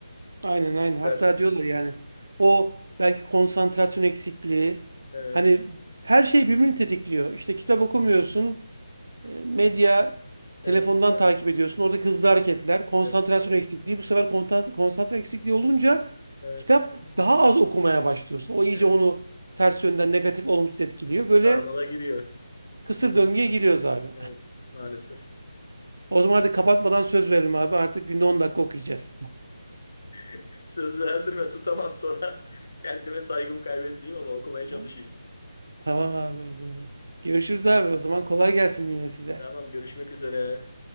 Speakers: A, on the right (about 70°); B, on the left (about 60°).
A: Aynen aynen.
B: Ne
A: Hatta
B: Dersin.
A: diyorlar yani o belki konsantrasyon eksikliği
B: Evet,
A: hani her şey birbirini tetikliyor. İşte kitap okumuyorsun. E, Medya telefondan
B: evet,
A: takip ediyorsun. Oradaki hızlı hareketler, konsantrasyon
B: evet,
A: eksikliği. Bu sefer kontan- konsantre eksikliği olunca
B: evet,
A: kitap daha az okumaya başlıyorsun. O iyice
B: evet.
A: onu ters yönden negatif, olumsuz etkiliyor.
B: Bir
A: Böyle
B: Sarmala giriyor.
A: kısır
B: Diyorum,
A: döngüye giriyoruz abi.
B: Evet, maalesef.
A: <laughs> O zaman hadi kapatmadan söz verelim abi. Artık günde 10 dakika okuyacağız.
B: <laughs> Sözü erdirme tutamam sonra. <laughs> Kendime saygımı kaybetmeyeyim ama okumaya çalışayım.
A: Ha? Tamam abi o zaman. Görüşürüz abi o zaman. Kolay gelsin yine size.
B: Tamam, görüşmek üzere.